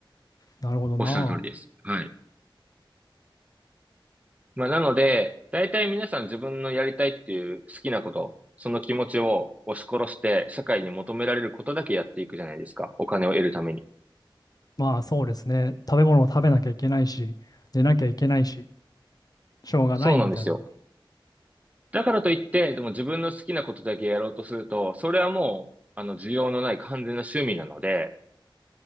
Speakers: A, on the left; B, on the right.
A: なるほどな。
B: おっしゃる通りです。はい。まあ、なので、大体皆さん自分のやりたいっていう好きなこと、その気持ちを押し殺して、社会に求められることだけやっていくじゃないですか。お金を得るために。
A: まあそうですね。食べ物を食べなきゃいけないし、寝なきゃいけないし、しょうがないみたいな。
B: そうなんですよ。
A: う
B: だからといって、でも自分の好きなことだけやろうとすると、それはもう、あの、需要のない完全な趣味なので、